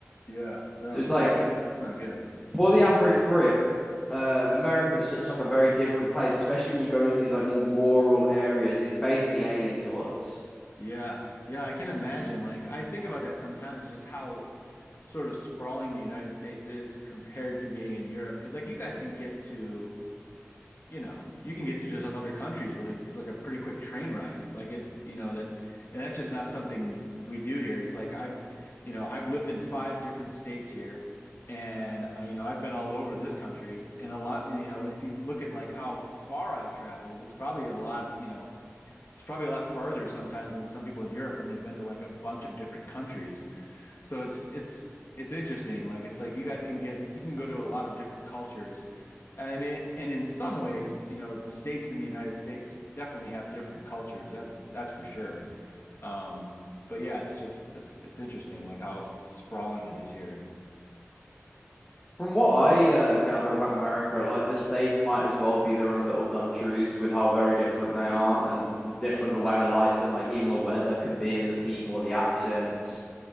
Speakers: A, on the left (about 55°); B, on the left (about 20°).
A: Yeah. No,
B: So it's
A: it's
B: like
A: not good. That's not good.
B: for the average Brit, uh, America is such like a very different place, especially when you go into these like more rural areas. It's basically alien to us.
A: Yeah, yeah, I can imagine. Like, I think about that sometimes, just how sort of sprawling the United States is compared to being in Europe. Because, like, you guys can get to, you know, you can get to just other countries with a like a pretty quick train ride. Like it, you know, that, and that's just not something we do here. It's like I've, you know, I've lived in five different states here, and uh, you know, I've been all over this country, and a lot, and, you know, if you look at like how far I've traveled, it's probably a lot, you know it's probably a lot farther sometimes than some people in Europe when they've been to like a bunch of different countries. So it's it's it's interesting. Like it's like you guys can get you can go to a lot of different cultures. And I mean, and in some ways, you know, the states in the United States definitely have different cultures. That's that's for sure. Um, but yeah, it's just it's it's interesting like how sprawling it is here. And
B: From what I uh, gather about America, like the states might as well be their own little countries with how very different they are and different the way of life and like even the weather can be and the people, the accents.